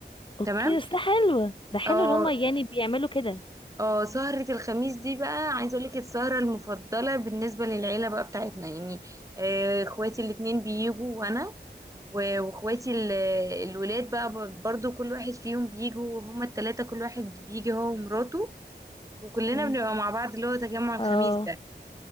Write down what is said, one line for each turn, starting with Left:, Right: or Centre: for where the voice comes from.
Left: اوكي
Right: تمام
Left: بس ده حلو ده حلو
Right: اه
Left: ان هما يعني بيعملوا كده
Right: اه سهرة الخميس دي بقى عايزة اقولك السهرة المفضلة بالنسبة للعيلة بقى بتاعتنا يعني آه، اخواتي الاتنين بيجوا وانا و- واخواتي ال- الولاد بقى ب- برضو كل واحد فيهم بيجوا هما التلاتة كل واحد بيجي هو ومراته وكلنا
Left: اوكي
Right: بنبقى مع بعض اللي هو تجمع الخميس
Left: اه
Right: ده